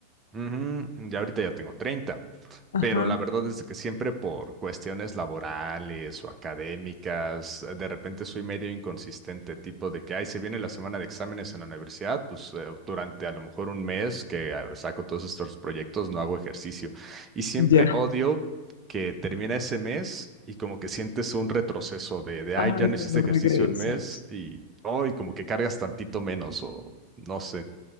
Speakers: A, on the right; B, on the left.
A: Ujú, Ya ahorita ya tengo treinta
B: Ajá.
A: pero la verdad es de que siempre por cuestiones laborales o académicas, de repente soy medio inconsistente, tipo de que, ay, se viene la semana de exámenes en la universidad, pues eh, durante a lo mejor un mes que eh, saco todos estos proyectos no hago ejercicio. Y siempre
B: Ya.
A: odio que termina ese mes y como que sientes un retroceso de, de
B: Ay,
A: ay, ya no
B: cuando
A: hiciste ejercicio
B: regresas.
A: un mes y, hoy como que cargas tantito menos o no sé.